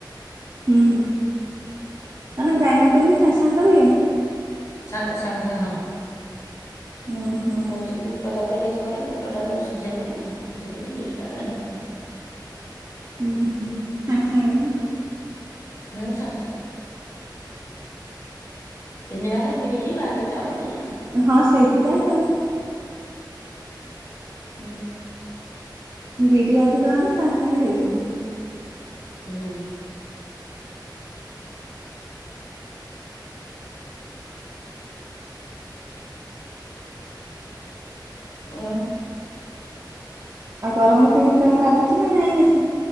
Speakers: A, on the right (about 35°); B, on the left (about 35°).
A: ହୁଁ, ମାନେ ଗ୍ରାଇଡିଙ୍ଗ କରିକି ସାଙ୍ଗେ ସାଙ୍ଗେ କରିବେ?
B: ସାଙ୍ଗେ ସଙ୍ଗେ ହଁ।
A: ଉଁ ହୁଁ।
B: ଯାଉଛି ବୁଟ ତରକାରୀ ସବୁ କରବି ବୁଟ ଟା ଯଉ ସିଝେଇଦେବି ସିଝେଇଦେଇ ବିରି ଟା ଗ୍ରାଇଣ୍ଡିଙ୍ଗ କରିଦେବି।
A: ହୁଁ ହୁଁ ସାଙ୍ଗେ ସାଙ୍ଗେ ହେଲା।
B: ହୁଁ ସାଙ୍ଗେ ସାଙ୍ଗେ। ତିନି ଭାଗେ ବିରି, ଭାଗେ ଚାଉଳ ଦେଇ ଆଉ
A: ହଁ, ସେଇଥିପାଇଁ ଆଉ।
B: <unintelligible>
A: ବିରି ଅଧିକ ଆଣିଲେ ସାଙ୍ଗେ ସାଙ୍ଗେ ହେଇଯିବ।
B: ଉଁ। ଆଉ?
A: ଆଉ ଗରମ କେମିତି କଣ୍ ଲାଗୁଛି ନା ନାଇଁ ଆଜି?